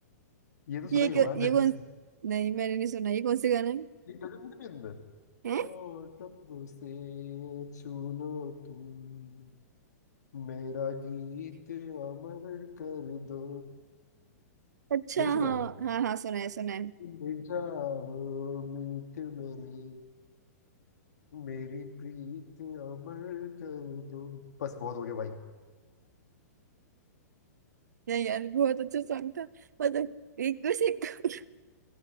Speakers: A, on the left; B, on the right.
A: ये तो सुना
B: ये
A: ही होगा
B: क्यों ये
A: जगजीत
B: कौन
A: सिंह
B: नहीं मैंने नहीं सुना ये कौन से गाना है
A: ये गजल नहीं सुनी तुमने?
B: है
A: होठों से छू लो तुम मेरा गीत अमर कर दो
B: अच्छा
A: नहीं
B: हाँ
A: सुना है
B: हाँ हाँ सुना है सुना है
A: मिल जाओ मीत मेरे मेरी प्रीत अमर कर दो बस बहुत हो गया भाई
B: नहीं यार बहुत अच्छा सॉन्ग था मतलब एक वैसे <laughs>